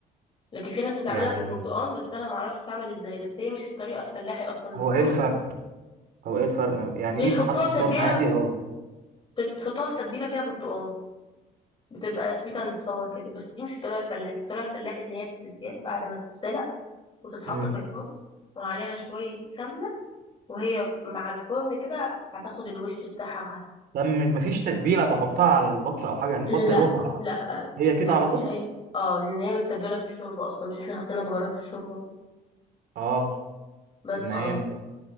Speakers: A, on the left; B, on the right.
A: لكن في ناس بتعملها
B: يعني
A: بالبرتقال بس انا ما اعرفش بتعمل ازاي بس هي مش الطريقة الفلاحي اصلا البرتقال
B: هو ايه الفرق هو ايه الفرق يعني
A: بيحطوها
B: ايه تتحط في
A: بتتبيلة
B: الفرن عادي او
A: بيحطوها في تتبيلة فيها برتقال بتبقى سويت اند صور كده بس دي مش الطريقة الفلاحي الطريقة الفلاحي ان هي بتتجاب بعد ما تتسلق وتتحط
B: امم
A: في الفرن وعليها شوية سمنة وهي مع الفرن كده هتاخد الوش بتاعها وهت
B: طب مش- مفيش تتبيله بحطها على البطه او حاجه يعني البطه
A: لا
B: يا دوب بخرجها
A: لا
B: هي كده
A: لا
B: على
A: مفيش
B: طول
A: اي اه لان هي متبله في الشوربه اصلا مش احنا حطينا بهارات في الشوربه
B: اه
A: بس
B: ما
A: خلاص
B: هي